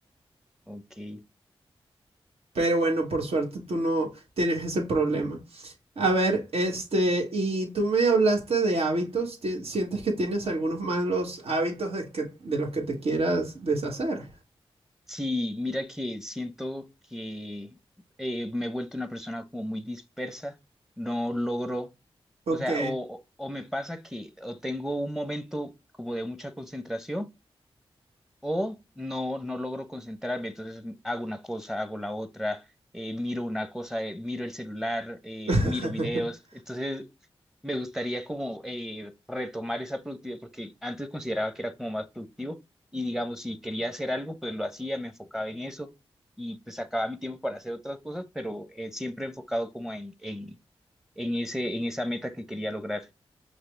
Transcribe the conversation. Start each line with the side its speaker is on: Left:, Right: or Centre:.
Centre: Ok.
Right: Pero bueno, por suerte tú no tienes ese problema. A ver, este, y tú me hablaste de hábitos. ¿Ti- ¿Sientes que tienes algunos malos hábitos de, que, de los que te quieras deshacer?
Centre: Sí, mira que siento que eh, me he vuelto una persona como muy dispersa, no logro,
Right: Ok.
Centre: o sea, o, o o me pasa que o tengo un momento como de mucha concentración o no, no logro concentrarme, entonces hago una cosa, hago la otra, eh, miro una cosa, eh, miro el celular, eh,
Right: <laughs>
Centre: miro videos, entonces me gustaría como eh, retomar esa productividad porque antes consideraba que era como más productivo y digamos, si quería hacer algo, pues lo hacía, me enfocaba en eso y pues sacaba mi tiempo para hacer otras cosas, pero eh, siempre enfocado como en, en, en ese, en esa meta que quería lograr.